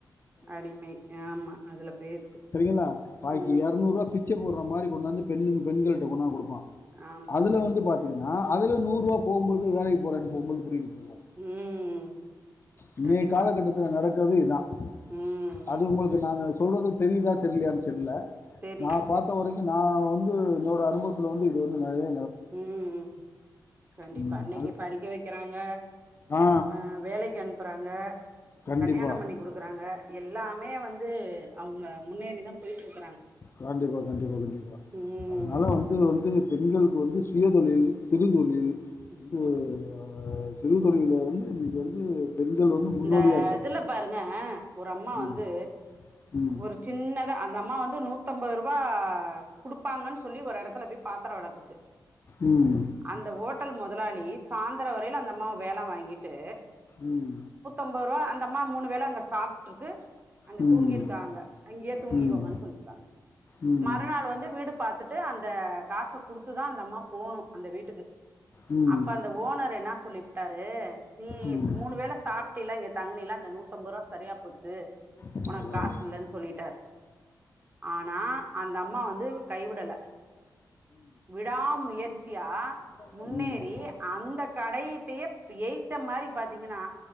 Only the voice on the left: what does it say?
செரிங்களா பாகிநூறு
ரூபா பிச்சை போடுற மாரி கொண்டாந்து பெண்கள் கொடுப்பம்
அதுல
வந்து பா்த்தீங்க அது நூறு ருவா போகும்போது வேலைக்கு போறே
<unintelligible>
நீ காலகட்டத்தில் நடக்குறது இதான்
அது
உங்களுக்கு நாங்க சொல்றது தெரியிதா தெரியலைய தெரில
நான் பார்த்த
வரைக்கும் நான் வந் என்னோட அனுபவத்துல வந்து இது வந்து நெறைய
ம்,
அது
ஆ
கண்டிப்பாக
கண்டிப்பா கண்டிப்பா கண்டிப்பா
அதனால வந்து வந்து பெண்களுக்கு வந்து சுயதொழில் சிறு தொழில்
<unintelligible> ஆஹ் <unintelligible> வந்து இன்றைக்கு வந்து பெண்கள் வந்து முன்னோடியாக
இருக்காங்க
ம்
ம்
ம்
உம்
ம்
ம்
ம்
ம்
ம்
அவ்வளோதான்
ஓகேங்களா